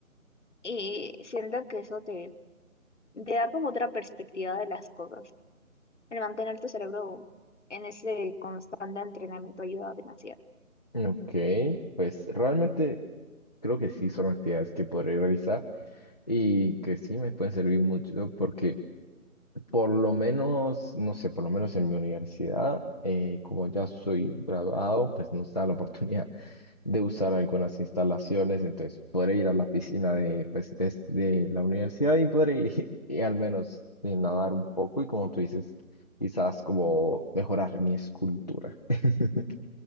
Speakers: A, on the left (about 55°); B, on the left (about 30°).
A: Y siento que eso te, te da como otra perspectiva de las cosas. El mantener tu cerebro en ese constante entrenamiento ayuda demasiado.
B: Ok, pues realmente creo que sí son actividades que podré realizar y que sí me pueden servir mucho porque por lo menos, no sé, por lo menos en mi universidad, eh, como ya soy graduado, pues nos da la oportunidad de usar algunas instalaciones, entonces podré ir a la piscina de, pues, de, de la universidad y podré ir <laughs> y al menos eh, nadar un poco y como tú dices, quizás como mejorar mi escultura. <laughs>